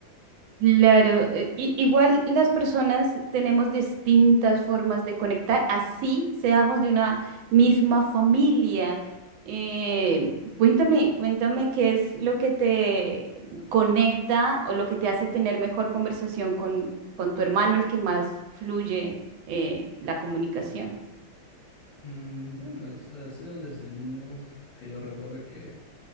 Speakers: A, on the right; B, on the left.
A: claro. eh, i- igual las personas tenemos distintas formas de conectar, así seamos de una misma familia. Eh, cuéntame, cuéntame qué es lo que te conecta o lo que te hace tener mejor conversación con, con tu hermano, el que más fluye eh, la comunicación.
B: Mm, bueno, es- ha sido desde niños que yo recuerdo que